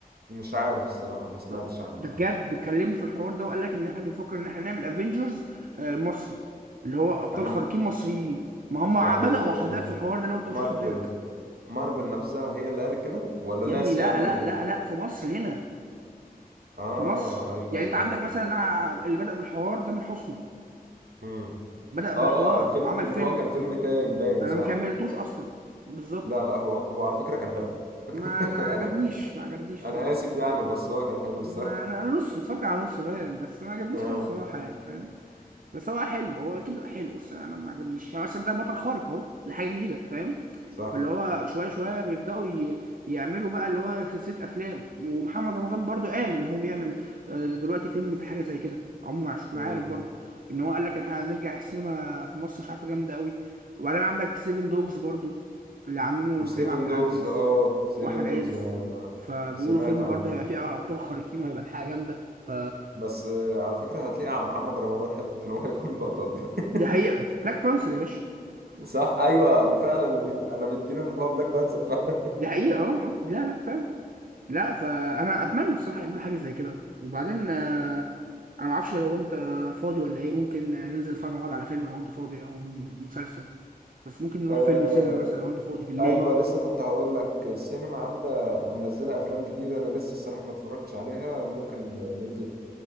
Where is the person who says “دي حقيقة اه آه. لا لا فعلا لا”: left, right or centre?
Right